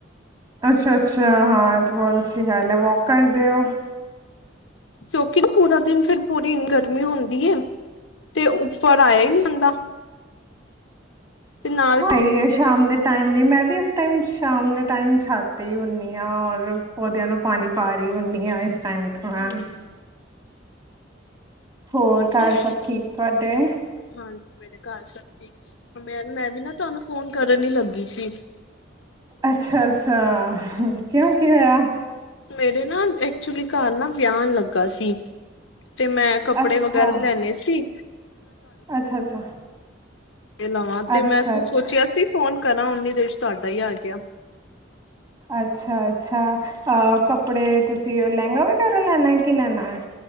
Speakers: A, on the right; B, on the left.
A: ਅੱਛਾ ਅੱਛਾ ਹਾਂ ਤੇ ਬਹੁਤ ਅਛੀ ਗੱਲ ਹੈ ਵੋਕ ਕਰਦੇਓ
B: ਕਿਉਂਕਿ ਪੂਰਾ ਦਿਨ ਫਿਰ ਪੂਰੀ ਗਰਮੀ ਹੁੰਦੀ ਹੈ ਤੇ ਉੱਪਰ ਆਇਆ ਹੀ ਨਹੀ ਜਾਂਦਾ ਤੇ ਨਾਲ
A: ਸਹੀ ਹੈ ਸ਼ਾਮ ਦੇ ਟਾਈਮ ਵੀ ਮੈਂ ਵੀ ਇਸ ਟਾਈਮ ਸ਼ਾਮ ਦੇ ਟਾਈਮ ਛਤ ਤੇ ਹੀ ਹੁੰਦੀ ਹਾਂ ਔਰ ਪੌਦਿਆਂ ਨੂੰ ਪਾਣੀ ਪਾ ਰਹੀ ਹੁੰਦੀ ਆ ਇਸ ਟਾਈਮ ਤੇ ਮੈਂ
B: ਹਮ
A: ਹੋਰ ਘਰ
B: ਤੁਸੀਂ
A: ਸਭ ਠੀਕ ਤੁਹਾਡੇ
B: ਹਾਂਜੀ ਮੇਰੇ ਘਰ ਸਬ ਠੀਕ, ਮੈਂ ਮੈਂ ਵੀ ਨਾ ਤੁਹਾਨੂੰ ਫੋਨ ਕਰਨ ਹੀ ਲੱਗੀ ਸੀ
A: ਅੱਛਾ ਅੱਛਾ ਕਿਉਂ ਕੀ ਹੋਇਆ
B: ਮੇਰੇ ਨਾ ਐਕਚੁਲੀ ਘਰ ਨਾ ਵਿਆਨ ਲੱਗਾ ਸੀ ਤੇ ਮੈਂ ਕੱਪੜੇ
A: ਅੱਛਾ
B: ਵਗੈਰਾ ਲੈਣੇ ਸੀ
A: ਅੱਛਾ ਅੱਛਾ
B: ਦੇ ਲਾਵਾਂ ਤੇ
A: ਅੱਛਾ
B: ਮੈਂ ਸੋਚਿਆ
A: ਅੱਛਾ
B: ਸੀ ਫੋਨ ਕਰਾਂ ਓਨੀ। ਉਨੇ 'ਚ ਤੁਹਾਡਾ ਆ ਗਿਆ ਹੈ।
A: ਅੱਛਾ ਅੱਛਾ ਅਹ ਕੱਪੜੇ ਤੁਸੀਂ ਲਹਿੰਗਾ ਵਗੈਰਾ ਲੈਣਾ ਹੈ। ਕੀ ਲੈਣਾ ਹੈ?